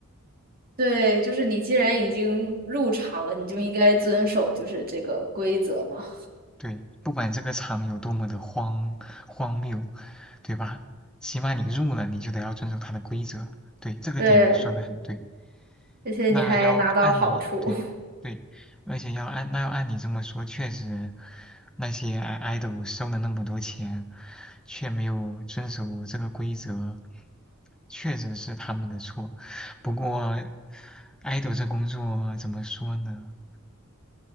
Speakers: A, on the right (about 45°); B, in the centre.
A: 对，就是你既然已经入场了，你就应该遵守就是这个规则嘛。
B: 对，不管这个场有多么的荒荒谬，对吧？起码你入了，你就得要遵守它的规则。对，这个点你说的很对。
A: 对，而且你还拿到好处。
B: 那要按你对对，而且要按那要按你这么说，确实那些爱 i d 收了那么多钱，却没有遵守这个规则，确实是他们的错。不过爱豆这工作怎么说呢？